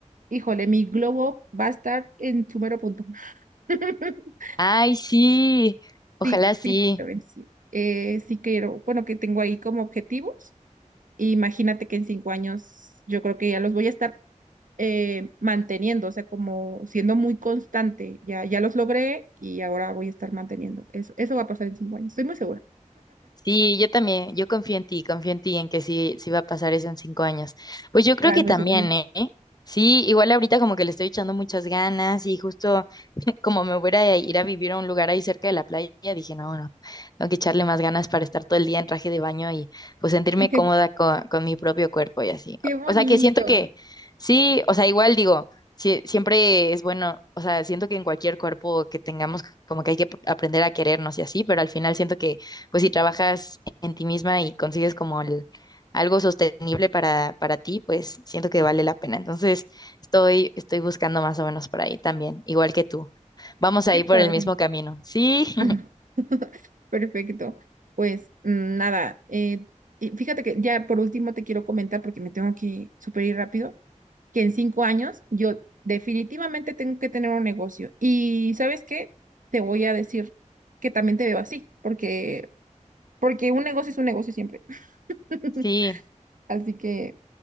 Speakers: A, on the right; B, on the left.
A: híjole, mi glow up va a estar en su mero punto. <laughs>
B: Ay, sí, ojalá
A: Sí,
B: sí.
A: físicamente sí. Eh, sí quiero, bueno, que tengo ahí como objetivos. Imagínate que en cinco años yo creo que ya los voy a estar eh, manteniendo, o sea, como siendo muy constante. Ya, ya los logré y ahora voy a estar manteniendo. Eso, eso va a pasar en cinco años, estoy muy segura.
B: Sí, yo también, yo confío en ti, confío en ti, en que sí, sí va a pasar eso en cinco años. Pues yo creo
A: Ay,
B: que
A: muchas
B: también,
A: gracias.
B: ¿eh? Sí, igual ahorita como que le estoy echando muchas ganas y justo <laughs> como me voy a ir a vivir a un lugar ahí cerca de la playa, dije, no, no, tengo que echarle más ganas para estar todo el día en traje de baño y pues sentirme
A: <laughs>
B: cómoda con, con mi propio cuerpo y así.
A: Qué bonito,
B: O sea, que siento que sí, o sea, igual digo, sí, siempre es bueno, o sea, siento que en cualquier cuerpo que tengamos, como que hay que aprender a querernos y así, pero al final siento que pues si trabajas en ti misma y consigues como el algo sostenible para, para ti, pues siento que vale la pena. Entonces, estoy, estoy buscando más o menos por ahí también, igual que tú. Vamos a
A: qué
B: ir por
A: padre.
B: el mismo camino. Sí, <laughs>
A: <laughs> Perfecto. Pues mm, nada, eh, y fíjate que ya por último te quiero comentar, porque me tengo que super ir rápido, que en cinco años yo definitivamente tengo que tener un negocio. Y ¿sabes qué? Te voy a decir que también te veo así, porque Porque un negocio es un negocio siempre. <laughs>
B: sí.
A: Así que,